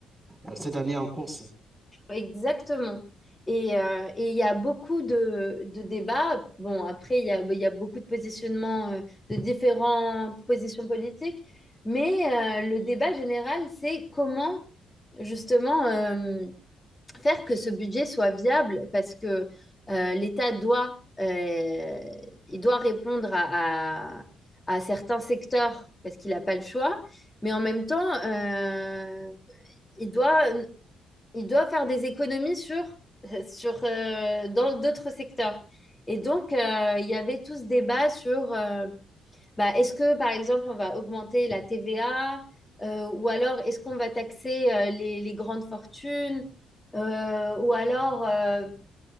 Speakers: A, in the centre; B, on the left.
A: euh, cette année en cours.
B: Exactement. Et euh, et il y a beaucoup de, de débats. Bon, après, il y a, il y a beaucoup de positionnements, euh, de différentes positions politiques, mais euh, le débat général, c'est comment justement euh, faire que ce budget soit viable, parce que euh, l'État doit, euh, il doit répondre à, à- à certains secteurs, parce qu'il n'a pas le choix, mais en même temps, euh, il doit il doit faire des économies sur, euh, sur euh, dans d'autres secteurs. Et donc, euh, il y avait tout ce débat sur euh, bah, est-ce que, par exemple, on va augmenter la TVA euh, ou alors est-ce qu'on va taxer euh, les, les grandes fortunes euh, ou alors, euh,